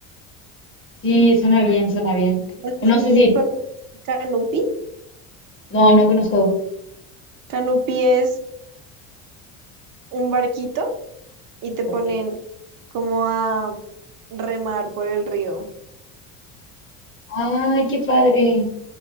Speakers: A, on the left (about 30°); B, on the right (about 50°).
A: sí, suena bien,
B: Ahí.
A: suena bien.
B: No sé
A: O
B: si
A: no sé si,
B: conoces Canupi.
A: no, no conozco.
B: Canupi es un barquito y te ponen
A: Ok.
B: como a remar por el río.
A: Ay, qué padre.